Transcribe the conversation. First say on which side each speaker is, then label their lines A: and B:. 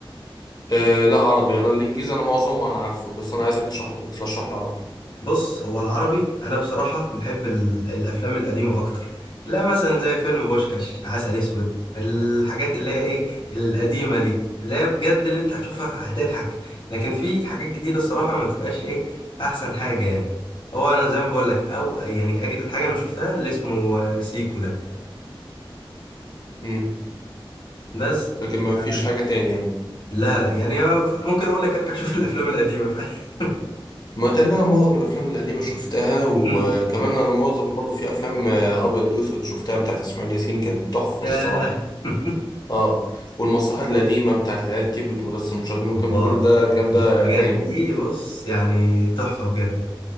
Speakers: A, on the left; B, on the left.
A: آه لا عربي انا الانجليزي انا معظمه انا عارفه بس انا عايزك تشرح ترشح لي عربي
B: بص هو العربي انا بصراحه بحب ال- الافلام القديمه اكتر لا مثلا زي فيلم بوشكاش عسل اسود الحاجات اللي هي ايه القديمه دي اللي هي بجد اللي انت هتشوفها هتضحك لكن في حاجات جديده الصراحه ما بتبقاش ايه احسن حاجه يعني هو انا زي ما بقول لك او يعني اجدد حاجه انا شفتها اللي اسمه آه، سيكو ده
A: امم
B: بس
A: لكن ما
B: آه،
A: فيش حاجه تاني يعني
B: لا لا يعني ممكن اقول لك ارجع شوف <laughs> الافلام القديمه ف... <laughs>
A: ما تقريبا انا معظم الافلام القديمه شفتها وكمان
B: مم.
A: انا معظم برضو في افلام آه، ابيض واسود شفتها بتاعت اسماعيل ياسين كانت تحفه
B: ياه
A: الصراحه
B: <laughs>
A: اه والمسرحيات القديمه بتاعت العيال كبرت مدرسه المشاغبين والكلام
B: الله
A: ده كله ده الكلام ده
B: الحاجات
A: جامد
B: دي بص يعني تحفة بجد